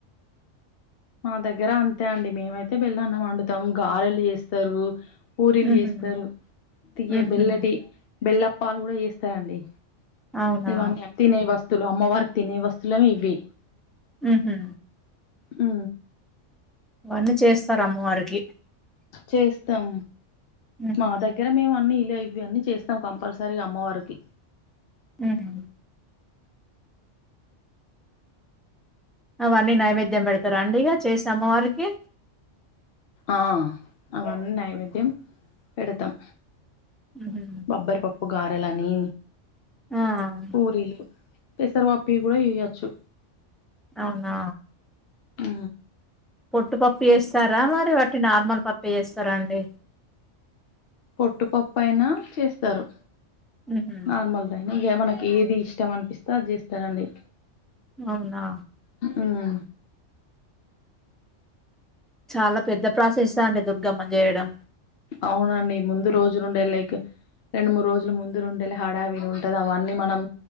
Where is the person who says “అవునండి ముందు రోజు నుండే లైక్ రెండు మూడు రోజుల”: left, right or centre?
Left